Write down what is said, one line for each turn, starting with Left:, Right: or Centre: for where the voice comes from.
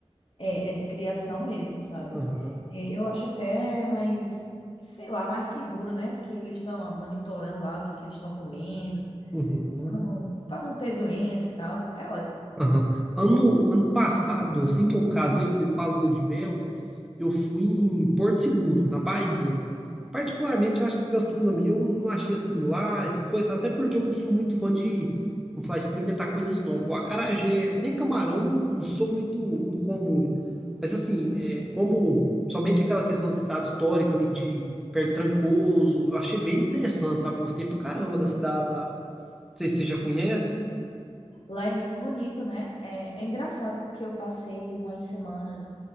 Left: É, é de criação mesmo, sabe?
Centre: Aham.
Left: É, eu acho até mais, sei lá, mais seguro, né? Porque eles estão monitorando lá o que que eles estão comendo,
Centre: Uhum.
Left: para não, para não ter doença e tal. É ótimo.
Centre: Aham. Ano, ano passado, assim que eu casei, eu fui pra Lua de Mel, eu fui em Porto Seguro, na Bahia. Particularmente, eu acho que a gastronomia eu não achei assim lá, essas coisas, até porque eu não sou muito fã de, vamos falar, experimentar coisas novas, igual acarajé, nem camarão, não, não sou muito, não como muito. Mas assim,
Left: Uhum.
Centre: é, como, somente aquela questão da cidade histórica ali de perto de Trancoso, eu achei bem interessante, sabe? Gostei pra caramba da cidade lá. Não sei se você já conhece.
Left: Lá é muito bonito, né? É, é engraçado porque eu passei umas semanas